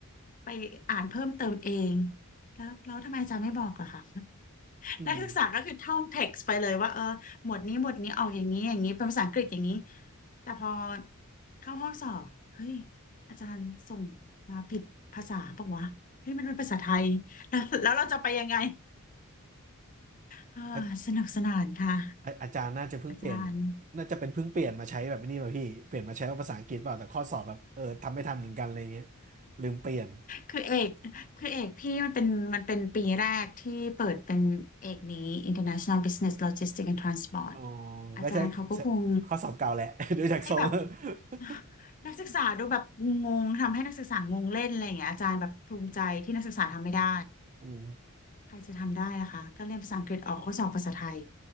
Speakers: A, on the left; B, on the right.
A: ไปอ่านเพิ่มเติมเองแล้วแล้วทำไมอาจารย์ไม่บอกล่ะคะ
B: <laughs> อืม
A: นักศึกษาก็คือท่องเท็กซ์ไปเลยว่าเออหมวดนี้หมวดนี้ออกอย่างนี้อย่างนี้เป็นภาษาอังกฤษอย่างนี้แต่พอเข้าห้องสอบเฮ้ยอาจารย์ส่งมาผิดภาษาปะวะเฮ้ยมันเป็นภาษาไทยแล้วแล้วเราจะไปยังไงเออสนุกสนานค่ะ
B: อาอาอาจารย์น่าจะเพิ่งเปลี่ยน
A: อาจารย์
B: น่าจะเป็นเพิ่งเปลี่ยนมาใช้แบบนี้มาพี่เปลี่ยนมาใช้ว่าภาษาอังกฤษเปล่าแต่ข้อสอบแบบเออทำไม่ทันเหมือนกันอะไรเงี้ยลืมเปลี่ยน
A: คือเอกคือเอกพี่มันเป็นมันเป็นปีแรกที่เปิดเป็นเอกนี้ International Business Logistics and Transport
B: อ๋อ
A: อาจารย์เขาก็คง
B: ก็ใช่ข้อสอบเก่าแหละ <laughs> ดูจากทรง
A: ให้แบบ <sighs>
B: <laughs>
A: นักศึกษาดูแบบงงๆทำให้นักศึกษางงเล่นอะไรอย่างเงี้ยอาจารย์แบบภูมิใจที่นักศึกษาทำไม่ได้
B: โอ้
A: ใครจะทำได้ล่ะคะก็เรียนภาษาอังกฤษออกข้อสอบภาษาไทย